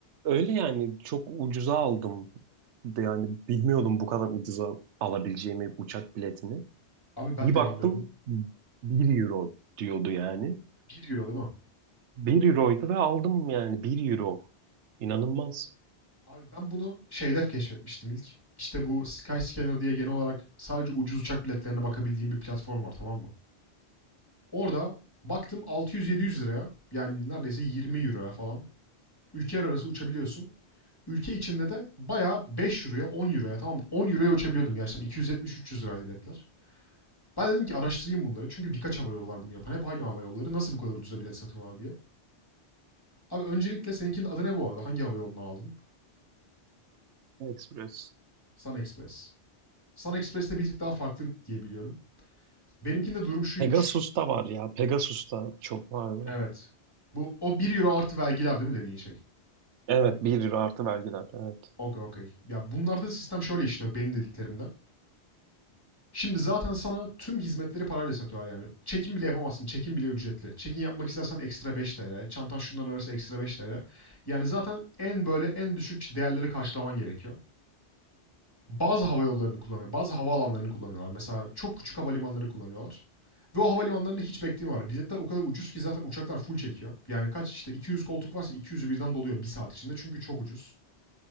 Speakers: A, on the right; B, on the left.
A: Öyle yani çok ucuza aldım. Yani bilmiyordum bu kadar ucuza alabileceğimi uçak biletini.
B: Abi ben
A: Bir
B: de
A: baktım
B: bilmiyordum.
A: bir euro diyordu yani.
B: bir euro değil mi?
A: bir euroydu ve aldım yani bir euro. İnanılmaz.
B: Abi ben bunu şeyde keşfetmiştim ilk. İşte bu Skyscanner diye genel olarak sadece ucuz uçak biletlerine bakabildiğim bir platform var tamam mı? Orada baktım 600-700 liraya yani neredeyse 20 euroya falan ülkeler arası uçabiliyorsun. Ülke içinde de bayağı 5 euroya 10 euroya tamam mı? 10 euroya uçabiliyordun gerçekten 270-300 liraydı biletler. Ben dedim ki araştırayım bunları çünkü birkaç hava yolu var bunu yapan hep aynı hava yolları nasıl bu kadar ucuza bilet satıyorlar diye. Abi öncelikle seninkinin adı ne bu arada hangi hava yolundan aldın?
A: Express.
B: Sun Express. Sun Express'te bir tık daha farklı diyebiliyorum. Benimkinde durum şuymuş.
A: Pegasus'ta var ya. Pegasus'ta çok vardı.
B: Evet. Bu o bir euro artı vergiler değil mi dediğin şey?
A: Evet bir euro artı vergiler. Evet.
B: Okey okey. Ya bunlarda sistem şöyle işliyor benim dediklerimde. Şimdi zaten sana tüm hizmetleri parayla satıyorlar yani. Çekim bile yapamazsın. Çekim bile ücretli. Çekim yapmak istersen ekstra 5 lira, Çantan şundan arası ekstra 5 lira. Yani zaten en böyle en düşük değerleri karşılaman gerekiyor. bazı hava yollarını kullanıyor. Bazı havaalanlarını kullanıyorlar. Mesela çok küçük havalimanları kullanıyorlar. Ve o havalimanlarında hiç bekleme var. Biletler o kadar ucuz ki zaten uçaklar full çekiyor. Yani kaç işte 200 koltuk varsa 200'ü birden doluyor bir saat içinde. Çünkü çok ucuz.